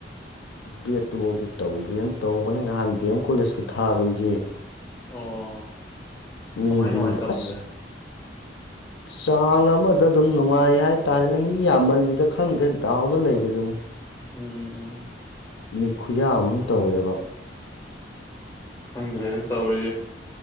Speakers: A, on the left; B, on the left.
A: ꯕꯦꯠꯇꯨꯐꯧꯗꯤ ꯇꯧꯒꯦꯅ ꯇꯧꯕꯅꯤ ꯅꯍꯥꯟ ꯗꯤ ꯑꯦꯝ ꯀꯣꯂꯦꯖꯀꯤ ꯊꯥꯔꯨꯏꯌꯦ
B: ꯑꯣ
A: ꯃꯤꯗꯤ
B: ꯀꯃꯥꯏ ꯀꯃꯥꯏ ꯇꯧꯔꯝꯒꯦ
A: ꯑꯁ ꯆꯥꯡ ꯑꯃꯗ ꯑꯗꯨꯝ ꯅꯨꯡꯉꯥꯏ ꯍꯥꯏꯇꯥꯔꯦ ꯃꯤ ꯌꯥꯝꯃꯜꯂꯤꯗ ꯈꯪꯗꯦ ꯗꯥꯎꯗ ꯂꯩꯔꯤꯗꯨꯅꯤ
B: ꯎꯝ
A: ꯃꯤ ꯈꯨꯌꯥ ꯑꯍꯨꯝ ꯇꯧꯋꯦꯕ
B: ꯈꯪꯈ꯭ꯔꯦꯗ ꯇꯧꯔꯤꯁꯦ